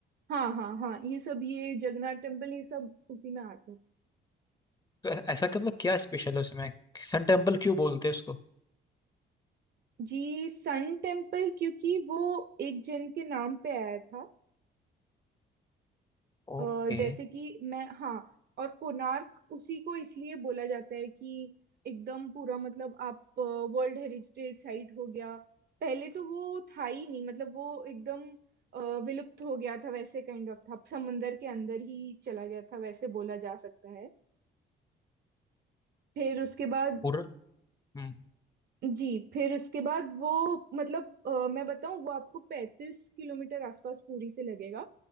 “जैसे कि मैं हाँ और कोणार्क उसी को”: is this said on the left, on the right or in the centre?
Right